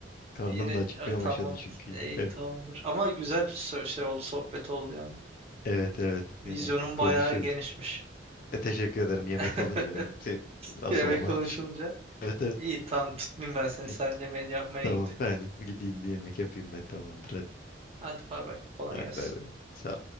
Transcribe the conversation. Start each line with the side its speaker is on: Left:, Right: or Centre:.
Left: Karnım
Right: Yine
Left: da acıkmaya
Right: Ay, tamam.
Left: başladı çünkü. yine.
Right: İyi
Left: Evet
Right: tamamdır. Ama güzel bir so- şey oldu, sohbet oldu yani.
Left: evet evet.
Right: Vizyonun
Left: Yine konuşuruz.
Right: bayağı genişmiş.
Left: E, teşekkür ederim yemek
Right: <laughs>
Left: olunca benim şey, asıl
Right: Yemek
Left: ama
Right: konuşulunca.
Left: iş. <laughs> Evet evet.
Right: İyi tamam tutmayayım ben seni.
Left: Hı.
Right: Sen yemeğini yapmaya
Left: Tamam
Right: git.
Left: ben gideyim bir yemek yapayım ben tamamdır hadi.
Right: Hadi bay bay. Kolay
Left: Hadi
Right: gelsin.
Left: bay bay. Sağ